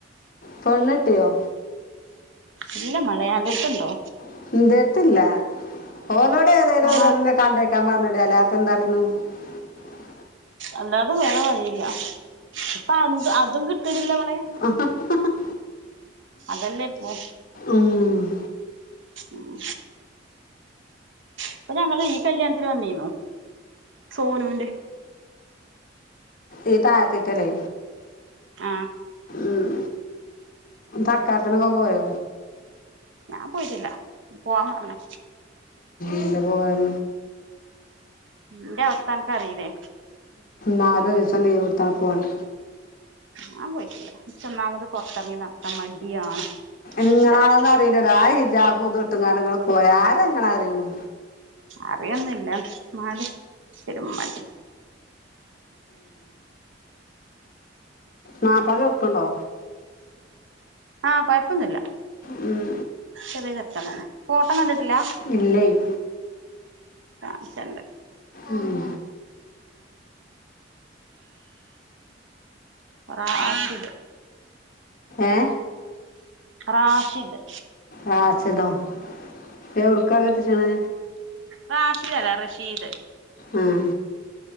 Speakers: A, on the left; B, on the right.
A: പെണ്ണെട്ടിയോ
B: ഇല്ല മഴയാലിട്ടുണ്ടോ?
A: ഉ എന്റെ എടുത്തില്ല ഓലോടെ ഏതായാലും
B: ആ
A: ഓരോന്ന കണ്ടേക്കാൻ പറഞ്ഞടാല? പന്ത അട്ടന്? <unintelligible>
B: അല്ലാതെ വേറെ വഴിയില്ല ഇപ്പൊ അ അതും കിട്ടണില്ലളെ
A: ആ <unintelligible>
B: അതല്ലേ ഇപ്പോ.
A: ഉം.
B: ഉം. അപ്പൊ ഞങ്ങള് ഈ കല്യാണത്തിന് വന്നീന്നു സോനുവിന്റെ.
A: ഈ തായത്തീത്തെ അല്ലെ
B: ആഹ്
A: ഉം. തക്കാത്തിനോക്കെ പോയോ?
B: ഞാൻ പോയിട്ടില്ല പോവാൻ പറഞ്.
A: എന്തെ പോവാൻ
B: ന്റെ അവസ്ഥ അനക്ക് അറീലെ?
A: നാലോ ദിവസം ലീവ് എടുത്താൽ പോകണ്ട
B: ഞാൻ പോയിട്ടില്ല ച്ച് ഒന്നാമത് പുറത്തിറങ്ങി നടക്കാൻ മടിയാണ്.
A: നിങ്ങളാണോന്ന്
B: ഇന്റെ അവസ്ഥ
A: അറീലല്ലോ ആ ഹിജാബൂദ് വെട്ടുന്നാട നിങ്ങള് പോയാ ആരാ അറിയണു.
B: അറിയൊന്നില്ല എന്നാല് ശെരി ഉമ്മാൻ
A: മാപ്പിള ചെറുക്കുണ്ടോ
B: ആഹ് കൊഴപ്പൊന്നുല്ല.
A: ഉം.
B: ചെറിയ ചെക്കനാണ് ഫോട്ടം കണ്ടിട്ടില്ലാ?
A: ഇല്ലെയ്.
B: കാണിച്ചെന്റ്.
A: ഉം.
B: റാഷിദ്.
A: ഏ
B: റാഷിദ്.
A: റാഷിദോ അപ്പ്യ എവിട്ക്ക കെട്ടിച്ചണ്?
B: റാഷിദ് അല്ല റഷീദ്.
A: ആഹ്.